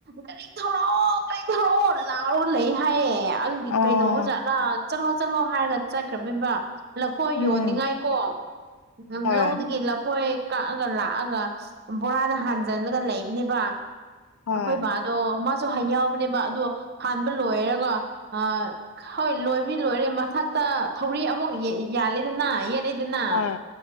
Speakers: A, on the right; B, on the left.
A: ꯀꯔꯤ ꯊꯧꯔꯛꯑꯣ ꯀꯔꯤ ꯊꯧꯔꯛꯑꯣ ꯂꯧꯔꯒ ꯂꯩ ꯍꯥꯏꯌꯦ ꯑꯗꯨꯒꯤ
B: ꯑꯣ
A: ꯀꯩꯗꯧꯕꯥꯖꯠꯂꯥ ꯆꯠꯂꯣ ꯆꯠꯂꯣ ꯍꯥꯏꯔꯒ ꯆꯠꯈ꯭ꯔꯕꯤꯝꯕ ꯂꯐꯣꯏ
B: ꯎꯝ
A: ꯌꯣꯟꯅꯤꯡꯉꯥꯏꯀꯣ ꯂꯝꯂꯧꯗꯒꯤ
B: ꯍꯣꯏ
A: ꯂꯐꯣꯏ ꯀꯛꯑꯒ ꯂꯥꯛꯑꯒ ꯕꯣꯔꯥꯗ ꯍꯥꯟꯖꯜꯂꯒ
B: ꯎꯝ
A: ꯂꯩꯕꯅꯦꯕ
B: ꯍꯣꯏ
A: ꯑꯩꯈꯣꯏ ꯕꯥ ꯑꯗꯣ ꯃꯥꯁꯨꯍꯥ ꯌꯥꯎꯕꯅꯦꯕ ꯑꯗꯣ ꯍꯥꯟꯕ ꯂꯣꯏꯔꯒ ꯑꯥ ꯍꯣꯏ ꯂꯣꯏꯕ ꯂꯣꯏꯔꯦ ꯃꯊꯛꯇ ꯊꯧꯔꯤ ꯑꯃꯨꯛ ꯌꯥꯜꯂꯦꯗꯅ ꯌꯦ ꯂꯩꯗꯅꯥ
B: ꯍꯣꯏ